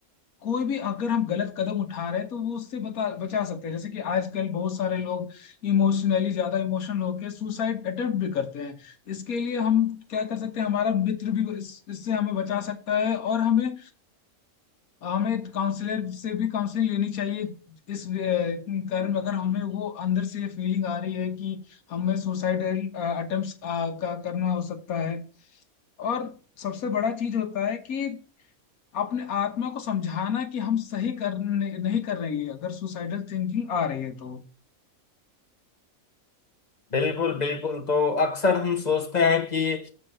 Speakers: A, on the left; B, on the left.
A: कोई भी अगर हम गलत कदम उठा रहे हैं तो वो उससे बता बचा सकते हैं जैसे कि आजकल बहुत सारे लोग इमोशनली ज्यादा इमोशनल होकर सुसाइड अटेम्प्ट भी करते हैं इसके लिए हम क्या कर सकते हैं हमारा मित्र भी इस, इससे हमें बचा सकता है और हमें हमें काउंसलर से भी काउंसलिंग लेनी चाहिए इस अ, कारण अगर हमें वो अंदर से ये फीलिंग आ रही है कि हमें सुसाइड अटेम्प्ट का करना हो सकता है और सबसे बड़ा चीज होता है कि अपने आत्मा को समझाना कि हम सही कर नहीं कर रहे हैं अगर सुसाइडल थिंकिंग आ रही है तो
B: बिल्कुल बिल्कुल तो अक्सर हम सोचते हैं कि